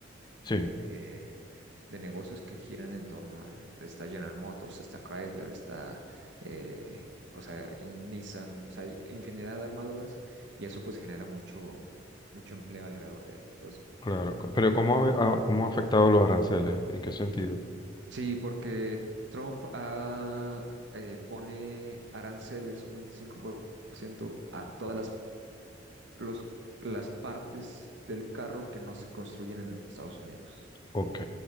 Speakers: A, on the left (about 25°); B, on the right (about 70°).
A: Sí,
B: de, de negocios que giran en torno a él. Está General Motors, está Chrysler, está, eh, o sea, en Nissan, o sea, hay infinidad de armaduras y eso pues genera mucho, mucho empleo alrededor de él. Entonces,
A: claro. co- Pero ¿cómo ha, ha- cómo ha afectado los aranceles? ¿En qué sentido?
B: Sí, porque Trump ah, eh, pone aranceles un 25% a todas las, los- las partes del carro que no se construyen en Estados Unidos.
A: Ok,